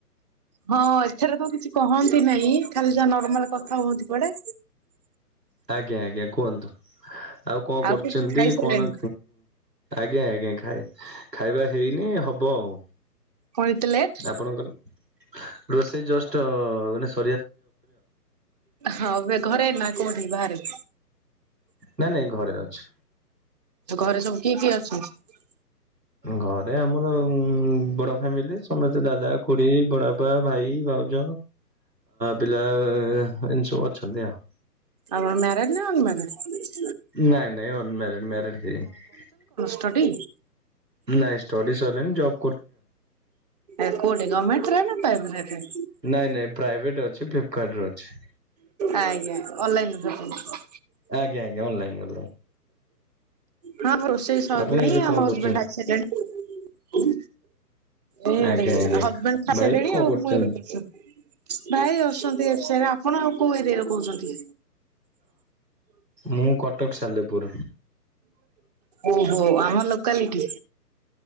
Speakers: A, on the right; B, on the right.
A: ହଁ ଏଥେରେ ତ କିଛି କହନ୍ତି ନାଇଁ, ଖାଲି ଯା ନର୍ମାଲ କଥା ହୁଅନ୍ତି କୁଆଡେ।
B: ଆଜ୍ଞା ଆଜ୍ଞା କୁହନ୍ତୁ। ଆଉ କଣ
A: ଆଉ
B: କରୁଛନ୍ତି?
A: ଖାଇସାରିଲେଣି
B: କଣ ଆଜ୍ଞା ଆଜ୍ଞା ଖାଇ ଖାଇବା ହେଇନି ହବ ଆଉ।
A: କଣ ଏତେ ଲେଟ?
B: ଆପଣଙ୍କର ରୋଷେଇ ଜଷ୍ଟ ମାନେ ସ
A: ହଁ ଏବେ ଘରେ ନା କୋଉଠି ବାହାରେ?
B: ନାଇଁ ନାଇଁ ଘରେ ଅଛି।
A: ଘରେ ସବୁ କିଏ କିଏ ଅଛନ୍ତି?
B: ଘରେ ଆମର ବଡ ଫ୍ୟାମିଲି। ସମସ୍ତେ ଦାଦା, ଖୁୁଡି ବଡପା, ଭାଇ ଭାଉଜ ପିଲା ଅ ଏନ୍ତି ସବୁ ଅଛନ୍ତି ଆଉ।
A: ଆଉ ମ୍ୟାରେଡ ନା ଅନ୍ ମ୍ୟାରେଡ?
B: ନାଇଁ ନାଇଁ ଅନ ମ୍ୟାରେଡ, ମ୍ୟାରଡ ହେଇନି।
A: ହାଟଟି?
B: ନାଇଁ ଷ୍ଟଡି ସଇଲାଣି ଜବ
A: ଏ କୋଉଠି ଗମେଣ୍ଟରେ ନା ପ୍ରାଇଭେଟ୍ ରେ?
B: ନାଇଁ ନାଇଁ ପ୍ରାଇଭେଟ ଅଛି, ଫ୍ଲିପକାର୍ଟରେ ଅଛି।
A: ଆଜ୍ଞା ଅନଲାଇନ୍ ସପି
B: ଆଜ୍ଞା ଆଜ୍ଞା ଅନଲାଇନ ଅ
A: ହଁ ଆମ ରୋଷେଇ ସରିନି,
B: ଆପଣ ଏବେ କଣ
A: ଆମ ହଜବେଣ୍ଡ
B: କରୁଛନ୍ତି
A: ଆସି ସାଇଲେଣି। ଏ ଆଡେ
B: ଆଜ୍ଞା
A: <unintelligible>
B: ଆଜ୍ଞା।
A: ହଜବେଣ୍ଡ ଖାଇ
B: ଭାଇ
A: ସାରିଲେଣି
B: କଣ
A: ଆଉ
B: କରୁଛନ୍ତି?
A: ମୁଁ ଏବେ ଭାଇ ଅଛନ୍ତି ଏ ଫ୍ ସେ ରେ, ଆପଣ ଆଉ କୋଉ ଏରିଆରୁ କହୁଛନ୍ତି?
B: ମୁଁ କଟକ ସାଲେପୁର।
A: ଓ ହୋ ଆମ ଲୋକାଲିଟି।